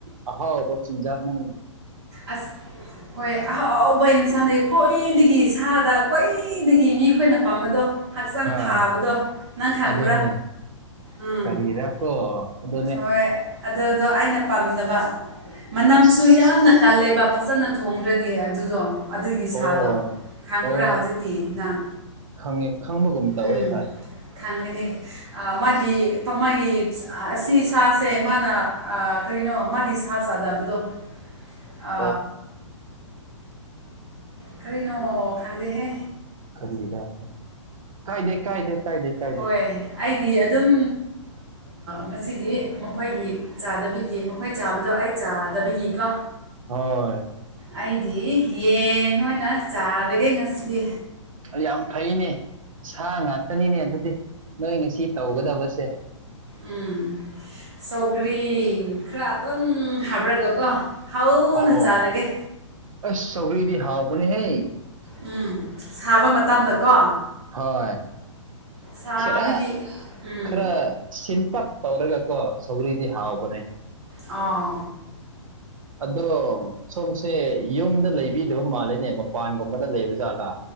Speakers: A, on the right; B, on the right.
A: ꯑꯍꯥꯎꯕ ꯆꯤꯟꯖꯥꯛꯅ
B: ꯑꯁ ꯍꯣꯏ ꯑ ꯑꯕꯅ ꯏꯁꯥꯅꯩ ꯈ꯭ꯋꯥꯏꯗꯒꯤ ꯏꯁꯗ ꯈ꯭ꯋꯥꯏꯗꯒꯤ ꯃꯤ ꯈꯣꯏꯅ ꯄꯥꯝꯕꯗꯣ ꯍꯛꯆꯥꯡ
A: ꯍꯣꯏ
B: ꯐꯥꯕꯗꯣ ꯅꯪ ꯈꯪꯕ꯭ꯔꯥ
A: ꯑꯗꯨꯅꯦ
B: ꯎꯝ
A: ꯀꯔꯤꯔꯀꯣ ꯑꯗꯨꯅꯦ
B: ꯍꯣꯏ ꯑꯗꯨꯗꯣ ꯑꯩꯅ ꯄꯥꯝꯗꯕ ꯃꯅꯝꯁꯨ
A: ꯑꯁ
B: ꯌꯥꯝꯅ ꯇꯜꯂꯦꯕ ꯐꯖꯅ ꯊꯣꯡꯗ꯭ꯔꯗꯤ ꯑꯗꯨꯗꯣ ꯑꯗꯨꯒꯤ ꯁꯥꯗꯣ
A: ꯑꯣ
B: ꯈꯪꯕ꯭ꯔꯥ
A: ꯑꯣ
B: ꯍꯧꯖꯤꯛꯇꯤ ꯅꯪ
A: ꯈꯪꯉꯦ ꯈꯪꯕꯒꯨꯝ ꯇꯧꯋꯦ
B: ꯎꯝ
A: ꯍꯥꯏ
B: ꯈꯪꯒꯅꯤ ꯃꯥꯒꯤ ꯃꯥꯒꯤ ꯑꯁꯤ ꯁꯥꯁꯦ ꯃꯥꯅ ꯀꯩꯅꯣ ꯃꯥꯒꯤ ꯁꯥ ꯆꯥꯗꯕꯗꯣ ꯑ
A: ꯑꯣ
B: ꯀꯔꯤꯅꯣ ꯈꯪꯗ ꯍꯦ
A: ꯈꯔꯤ ꯀꯥꯏꯗꯦ ꯀꯥꯏꯗꯦ ꯀꯥꯏꯗꯦ ꯀꯥꯏꯗꯦ
B: ꯍꯣꯏ ꯑꯩꯗꯤ ꯑꯗꯨꯝ ꯉꯁꯤꯗꯤ ꯃꯈꯣꯏꯒꯤ ꯆꯥꯗꯕꯤꯒꯤ ꯃꯈꯣꯏ ꯆꯥꯕꯗꯣ ꯀꯥꯏ ꯆꯥꯗꯕꯒꯤ ꯀꯣ
A: ꯍꯣꯏ
B: ꯑꯩꯗꯤ ꯌꯦꯟ ꯑꯣꯏꯅ ꯆꯥꯔꯒꯦ ꯉꯁꯤꯗꯤ
A: ꯌꯥꯝ ꯐꯩꯅꯦ ꯁꯥ ꯉꯥꯛꯇꯅꯤꯅꯦ ꯑꯗꯨꯗꯤ ꯅꯣꯏ ꯉꯁꯤ ꯇꯧꯒꯗꯕꯁꯦ
B: ꯎꯝ ꯆꯧꯒ꯭ꯔꯤ ꯈꯔꯇꯪ ꯍꯥꯞꯔꯒꯀꯣ ꯍꯧꯎꯅ
A: ꯑꯣ
B: ꯆꯥꯔꯒꯦ
A: ꯑꯁ ꯁꯧꯔꯤꯗꯤ ꯍꯥꯎꯄꯅꯦ ꯍꯩ
B: ꯎꯝ ꯁꯥꯕ ꯃꯇꯝꯗꯀꯣ
A: ꯍꯣꯏ
B: ꯁꯥꯕꯒꯤ
A: ꯈꯔ
B: ꯎꯝ
A: ꯈꯔ ꯁꯤꯟꯄ ꯇꯧꯔꯒꯀꯣ ꯁꯧꯒ꯭ꯔꯤꯗꯤ ꯍꯥꯎꯕ ꯅꯤ
B: ꯑꯥ
A: ꯑꯗꯣ ꯁꯣꯝꯁꯦ ꯌꯨꯝꯗ ꯂꯩꯕꯤꯗꯕ ꯃꯥꯜꯂꯦꯅꯦ ꯃꯄꯥꯟꯒꯨꯝꯕꯗ ꯂꯩꯕꯖꯥꯠꯂꯥ